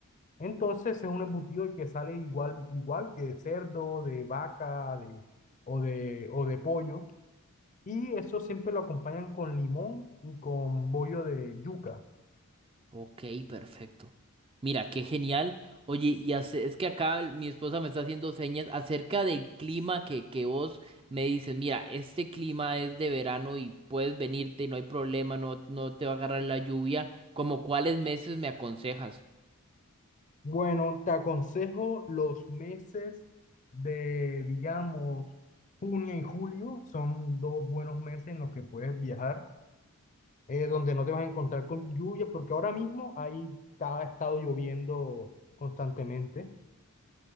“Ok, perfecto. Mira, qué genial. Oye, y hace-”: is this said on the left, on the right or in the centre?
Right